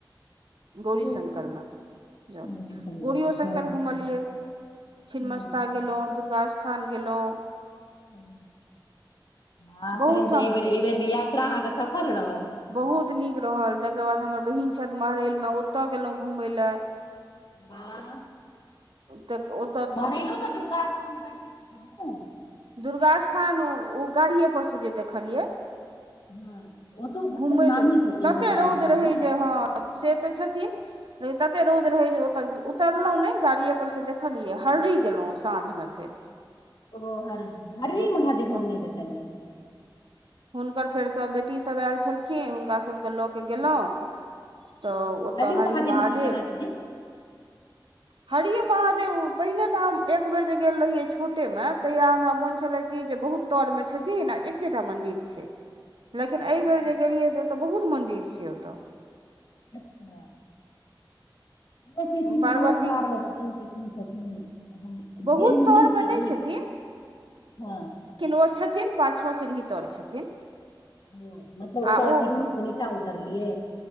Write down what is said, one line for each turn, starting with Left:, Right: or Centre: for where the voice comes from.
Right: गौरी
Left: ओ
Right: शंकरमे ज
Left: गौरी शंकर
Right: गौरीयो
Left: मे
Right: शंकर
Left: हँ
Right: घुमलियै छिन्मस्ता
Left: हँ
Right: गेलहुँ दुर्गा स्थान गेलहुँ
Left: ह हँ
Right: बहुत
Left: तहन
Right: ठाम
Left: तऽ एहि बेर एहि बेेरके यात्रा अहाँके सफल रहल
Right: बहुत नीक रहल तकर बाद हमर बहीन छथ महैलमे ओतय गेलहुँ घूमय लेलए
Left: बाह
Right: तऽ ओ
Left: मरलू ने दुर्गा स्थान पर द
Right: दुर्गा स्थान ओ गाड़िए पर से जे देखलियै
Left: हँ ओतो
Right: घुमय
Left: मतलब नामी
Right: ल नहि
Left: छथिन
Right: तते
Left: दुर्गा
Right: रौद
Left: स्थान
Right: रहै
Left: ने
Right: जे ह से तऽ छथिन लेकिन तते रौद रहे जे ओतऽ उतरलहु नहि गाड़िए पर से देखलियै हरी गेलहुँं साँझ मे फेर
Left: ओ हरही‌
Right: हुन
Left: महादेव हम नहि देखलियै हन
Right: हुनकर फेर सब बेटी सब आयल छलखिन हुनका सबके लऽ के गेलोह
Left: हँ।
Right: तऽ ओतय
Left: हररी
Right: हरि महादेव
Left: मे की केना छथिन
Right: हरि महादेव पहिने ते हम एक बेेर जे गेल रहिये छोटे मे तहिया हमरा मोन छलैह कि जे बहुत तर मे छथिन आ एकेटा मंदिर लेकिन एहि
Left: हँ
Right: बेर जे गेलियै से ओतय बहुत मंन्दिर छै ओतऽ
Left: हँ <unintelligible> लोक कहै छै कि
Right: पार्वती
Left: ओहो इनार मे छथिन कि की छथिन हम
Right: बहुत
Left: गेल हम
Right: तर
Left: नहि छी
Right: मे
Left: अहीं
Right: छथिन
Left: हँ
Right: ओ छथिन पाछओ सीढ़ी त आर छथिन
Left: ओ मतलब ओकरा
Right: आ ओ
Left: सीढ़ी से नीचा उतरलियै